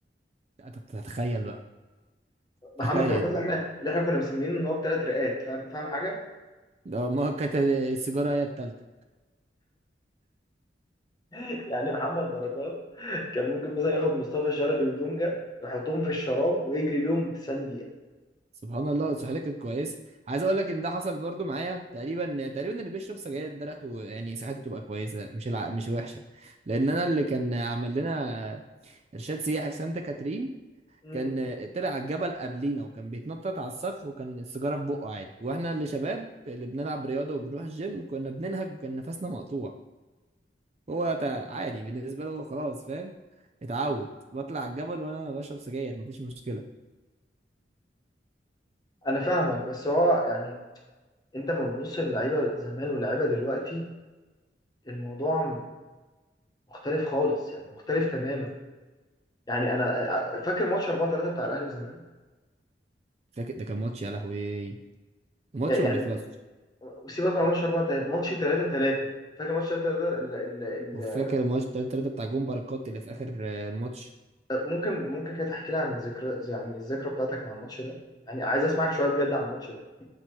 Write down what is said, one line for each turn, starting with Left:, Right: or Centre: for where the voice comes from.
Right: أنت تتخيل بقى تخيل
Left: محمد بركات اللي
Right: دي
Left: احنا اللي احنا كنا مسمينه ان هو بثلاث رئات فاهم فاهم حاجه
Right: ده ما كانت السيجاره هي التالتة
Left: <laughs> يعني محمد بركات كان ممكن مثلا ياخد مصطفى شلبي ودونجا ويحطهم في الشراب ويجري بيهم 90 دقيقه
Right: سبحان الله صحتي كانت كويسه عايز اقول لك ان ده حصل برضو معايا تقريبا تقريبا اللي بيشرب سجاير ده ريحته يعني صحته تبقى كويسه مش الع... مش وحشه لان انا اللي كان عمل لنا ارشاد سياحي في سانتا كاترين
Left: امم
Right: كان آه، طلع على الجبل قبلينا وكان بيتنطط على الصخر وكان السيجاره في بقه عادي واحنا اللي شباب اللي بنلعب رياضه وبنروح الجيم كنا بننهج وكان نفسنا مقطوع هو تا- عادي بالنسبه له خلاص فاهم اتعود بطلع على الجبل وانا بشرب سجاير مفيش مشكله
Left: انا فاهمك بس هو يعني انت لما بتبص للعيبه زمان واللعيبه دلوقتي الموضوع مختلف خالص يعني مختلف تماما يعني انا فاكر ماتش 4 3 بتاع الاهلي والزمالك
Right: فاكر ده كان ماتش يا لهوي الماتش
Left: يعني
Right: ما بيخلصش
Left: سيبك بقى من ماتش 4 3 ماتش 3 3 فاكر ماتش 3 3
Right: وفاكر الماتش بتاع التلاتة بتاع جون بركات اللي في اخر آه، الماتش
Left: طب ممكن ممكن كده تحكي لي عن ذكرى يعني الذكرى بتاعتك مع الماتش ده يعني عايز اسمعك شويه بجد عن الماتش ده